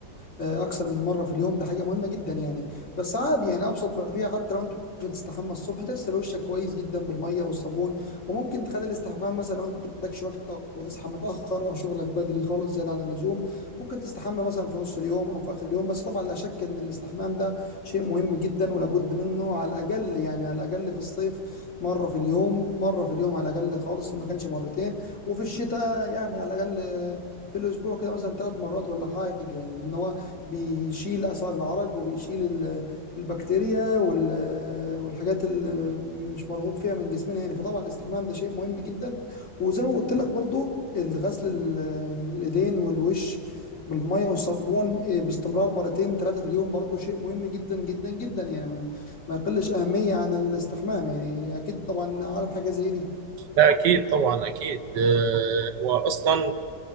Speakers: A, on the left (about 45°); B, on the right (about 85°).
A: آه، اكثر من مره في اليوم ده حاجه مهمه جدا يعني بس عادي يعني ابسط ما فيها حتى لو انت مش هتستحمى الصبح تغسل وشك كويس جدا بالميه والصبون وممكن تخلي الاستحمام مثلا لو انت ما عندكش وقت وتصحى متاخر او شغلك بدري خالص زياده عن اللزوم ممكن تستحمى مثلا في نص اليوم او في اخر اليوم بس طبعا لا شك ان الاستحمام ده شيء مهم جدا ولابد منه على الاقل يعني على الاقل في الصيف مره في اليوم مره في اليوم على الاقل خالص ما كانش مرتين وفي الشتاء يعني على الاقل آه، في الاسبوع كده مثلا ثلاث مرات ولا حاجه يعني لان هو بيشيل اثار العرق وبيشيل ال- البكتيريا وال- والحاجات اللي مش مرغوب فيها من جسمنا يعني فطبعا الاستحمام ده شيء مهم جدا وزي ما قلت لك برضو الغسل ال- الايدين والوش بالميه والصابون إيه، باستمرار مرتين ثلاثه في اليوم برضو شيء مهم جدا جدا جدا يعني ما ما يقلش اهميه عن الاستحمام يعني اكيد طبعا عارف حاجه زي دي
B: ده اكيد طبعا اكيد آه، هو اصلا